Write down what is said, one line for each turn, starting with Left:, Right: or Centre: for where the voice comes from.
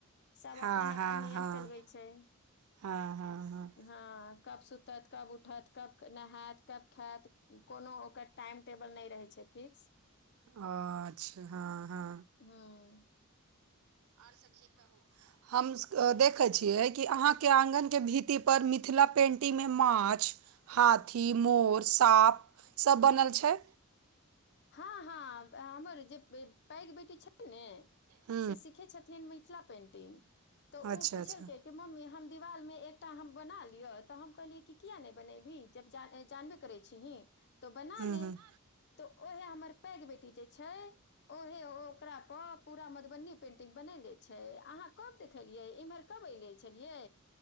Left: सब
Right: हँ
Left: अपन
Right: हँ
Left: अपन नियम
Right: हँ
Left: चलबै छै
Right: हँ हँ हँ
Left: हँ कब सु उतत कब उठत कब नहायत कब खायत कोनो ओकर टाइम टेबल नय रहे छै फिक्स
Right: अच्छा हँ हँ
Left: हँ
Right: ओर सखी कहू हम देखैत छियै कि अहाँके आगन के भीति पर मिथिला पेन्टिंग मे माछ हाथी मोर साँप सभ बनल छै
Left: हँ हँ हमर जे पैघ बेटी छै ने
Right: ह
Left: से सिखे छथिन थिन मिथला पेंटिंग त
Right: अच्छा
Left: उ पूछलके
Right: अच्छा
Left: कि मम्मी हम दीवालमे एकटा हम बना लिअ तऽ हम कहलियै कि किया नैय बनेबही जब ज जानबे करै छी ही तो बना
Right: हूँ
Left: ले
Right: हूँ
Left: तऽ उहे हमर पैघ बेटी जे छैय ओ हे ओ ओकरा प पूरा मधुबनी पेंटिंग बनले छैय अहाँ कब देखेलियै इम्हर कब अ इलैछलियै